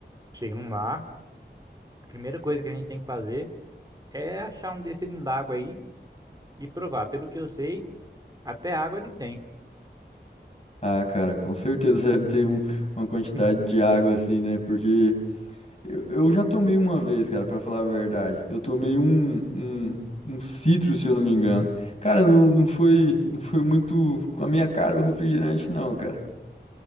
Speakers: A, on the right; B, on the left.
A: Chegando lá, a primeira coisa que a gente tem que fazer. É achar um desse lindago aí e provar. Pelo que eu sei, até água ele tem.
B: Ah, cara, com certeza <laughs> deve ter um- uma quantidade
A: <laughs>
B: de água assim, né? Porque eu, eu já tomei uma vez, cara, pra falar a verdade. Eu tomei um, um, um citro, se eu não me engano. Cara, não, não foi, não foi muito com a minha cara o refrigerante, não, cara.